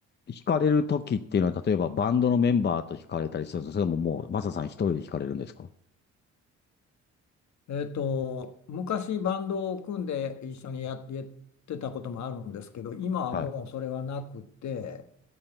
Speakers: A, on the left (about 35°); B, on the left (about 65°).
A: 惹かれる時っていうのは、例えばバンドのメンバーと惹かれたりするんですかそれとももうマサさん一人で惹かれるんですか
B: えっと、昔バンドを組んで一緒にややってたこともあるんですけど、今はもうそれはなくて、
A: は